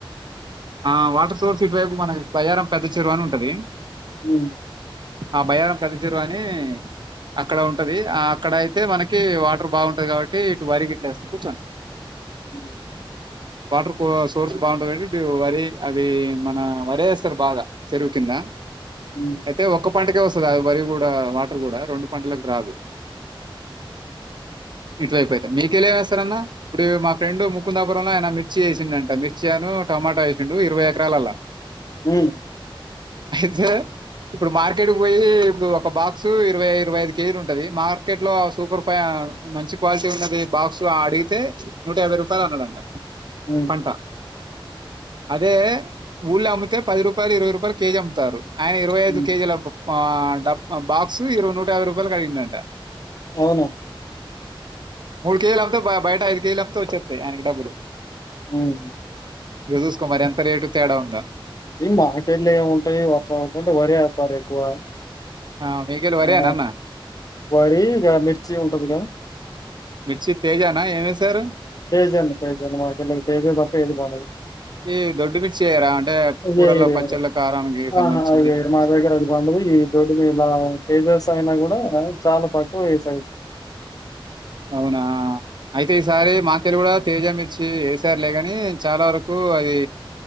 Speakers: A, on the right; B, on the left.
A: ఆ వాటర్‌ తూర్పు ఇటు వైపు మనకి బయ్యారం పెద్ద చెరువు అని ఉంటది
B: ఉమ్
A: ఆ బయారం పెద్ద చెరువు అని అక్కడ ఉంటది అక్కడ అయితే మనకి వాటర్ బాగుంటుంది కాబట్టి ఇటు వరిగట్లే వేస్తాం కూర్చోండి
B: ఉమ్
A: వాటర్ సోర్స్ బాగుంటది కాబట్టి ఇటు వరి అది మన వరేస్తరు బాగ చెరువు కింద
B: హ్మ్.
A: అయితే ఒక పంట కె వస్తది ఆ వరి గూడ దా వాటర్ కూడా రెండు పంటలకు రాదు ఇటువైపు అయితే మీకెలా ఎం వేస్తారు అన్న ఇప్పుడు మా ఫ్రెండ్ ముకుందాపురం లో ఆయన మిర్చి వేసిండంట మిర్చి అను టొమాటా వేసిండు ఇరవై క్రాల్ ల
B: ఉమ్
A: అయితే ఇప్పుడు మార్కెట్కి పోయి ఇప్పుడు ఒక బాక్సు ఇరవై ఇరవై ఐదు కేజీలు ఉంటది మార్కెట్ లో సూపర్ ఫై మంచి క్వాలిటీ ఉన్నది బాక్స్ అడిగితే నూట యాభై రూపాయలు అన్నాడంట
B: హ్మ్.
A: పంట అదే ఎ ఊళ్లో అమ్మితే పది రూపాయలు ఇరవై రూపాయలు కేజీ అమ్ముతారు ఆయ ఇరవై
B: హ్మ్.
A: ఐదు కేజీ లకు ఆడ డా బాక్స్ ఇరవై నూట యాభై రూపాయలు కి అడిగిండంట
B: అవునా
A: మూడు కేజీలు అమ్మితే బయట ఐదు కేజీలు అమ్మితే వచ్చేస్తాయి ఆయనకి డబ్బులు
B: అమ్
A: యక జూస్కో మారి ఎంత రేటు తేడా ఉందా
B: ఇ మార్కెట్లు ఏముంటాయి వస్త ఉంటాయింటే వరి వేస్తారు ఎక్కువ
A: ఆ! మీకేలి వరేనా
B: ఆ
A: అన్న?
B: వరి మీ వచ్చ ఉంటదిగాద
A: మిర్చి తేజానా ఏమేశారు?
B: తేజల్ తేజల్ మాకలా తేజల్ పప్ప ఇది బదు
A: ఈ దొడ్డు మిర్చి ఏయరా? అంటే
B: ఇద
A: కూరల్లో,
B: రే
A: పచ్చళ్ళ, కారానికి సంబంధించింది.
B: ఆ మా దగ్ర అది బంద ఈ దొడ్డు మీలా తేజస్ అయినగ చాలా తక్కు వస
A: అవునా అయితే ఈసారి మాకెలు కూడా తేజంమిర్చి వేసారు లేగాని చాలా వరకు అది